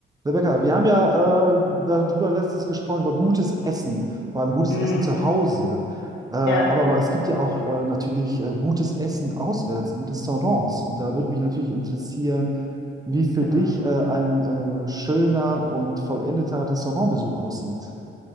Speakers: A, on the right; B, on the left.
A: Rebecca, wir haben ja äh, darüber letztens gesprochen, über gutes Essen, vor allem gutes
B: Mm,
A: Essen zu Hause. Äh, aber
B: ja,
A: es gibt ja auch äh, natürlich äh, gutes Essen auswärts in Restaurants. Und da würde mich natürlich interessieren, wie für
B: genau.
A: dich äh, ein äh, schöner und vollendeter Restaurantbesuch aussieht.